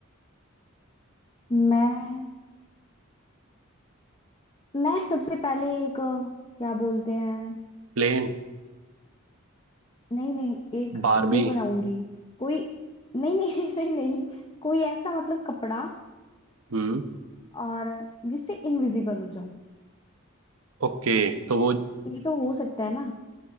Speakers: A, on the left (about 25°); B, on the right (about 80°).
A: मैं मैं सबसे पहले एक अ, क्या बोलते हैं
B: प्लेन
A: नहीं नहीं एक
B: बारबी
A: वो बनाऊंगी कोई नहीं नहीं <laughs> नहीं नहीं कोई ऐसा मतलब कपड़ा
B: हम्म
A: और जिससे इनविजिबल हो जाऊं
B: ओके तो वो
A: ये तो हो सकता है ना